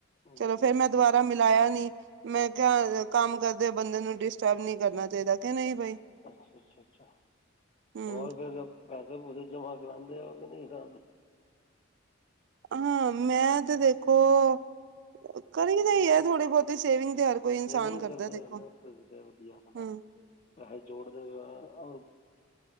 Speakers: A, on the left; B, on the right.
A: ਹੂੰ
B: ਚਲੋ ਫੇਰ ਮੈਂ ਦੁਬਾਰਾ ਮਿਲ। ਮਲਾਇਆ ਨੀ ਮੈਂ ਕਿਹਾ ਕੰਮ । ਕਰਦੇ ਬੰਦੇ ਨੂੰ ਡਿਸਟਰਬ ਨਹੀਂ ਕਰਨਾ ਚਾਹੀਦਾ ਕਿ ਨਹੀਂ ਬਈ?
A: ਅੱਛਾ ਅੱਛਾ ਅੱਛਾ
B: ਹੂੰ
A: ਹੋਰ ਫਿਰ ਪੈਸੇ ਪੂਸੇ ਜਮਾ ਕਰਾਉਂਦੇ ਉਹ ਕੇ ਨਹੀਂ ਕਰਾਉਂਦੇ?
B: ਹਾਂ ਮੈਂ ਤੇ ਦੇਖੋ? ਮੈਨੂੰ ਤਾਂ ਇਹ ਹੈ ਥੋੜੀ ਬਹੁਤੀ ਸੇਵਿੰਗ ਤੇ ਹਰ ਕੋਈ ਇਨਸਾਨ
A: ਸੇਵਿੰਗ
B: ਕਰਦਾ
A: ਕਰਦੇ
B: ਦੇਖੋ
A: ਹੋ ਨਾ ਤੁਸੀਂ ਤਾਂ ਵਧੀਆ ਆਪਣਾ
B: ਹੂੰ।
A: ਪੈਸੇ ਜੋੜਦੇ ਵੀ ਆ।